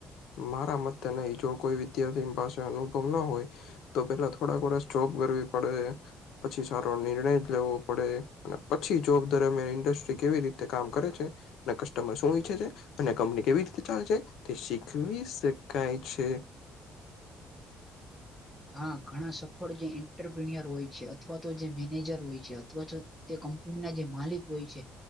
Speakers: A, on the left; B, in the centre.
A: મારા મ નહી જો કોઈ વિદ્યાર્થી પાસે અનુભવ ના હોય તો પેલા થોડાક વર્ષ જોબ કરવી પડે પછી સારો નિર્ણય લેવો પડે અને પછી જોબ દરમિયાન ઇન્ડસ્ટ્રી કેવી રીતે કામ કરે છે અને કસ્ટમર શું ઈચ્છે છે અને કંપની કેવી રીતે ચાલે છે શી શખવી શકાય છે
B: હા ઘણા સફળ જે એન્ટરપ્રિનર હોય છે અથવા તો જે મેનેજર હોય છે અથવા તો તે કંપની ના જે માલિક હોય છે